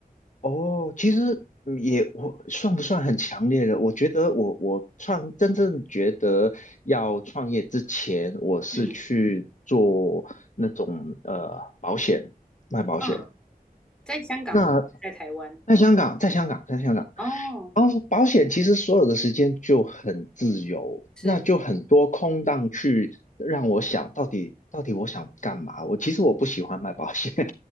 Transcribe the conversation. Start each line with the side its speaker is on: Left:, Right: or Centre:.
Left: 哦，其实嗯也我算不算很强烈的？我觉得我我创真正觉得要创业之前，我是去做那种呃保险，
Centre: 嗯
Left: 卖保险。
Centre: 啊，在香港吗？
Left: 那
Centre: 在台湾？
Left: 在香港，在香港，在香港，
Centre: 哦，
Left: 然后保险其实所有的时间就很自由，
Centre: 是，
Left: 那就很多空档去让我想到底到底我想干嘛。我其实我不喜欢买保险，<laughs>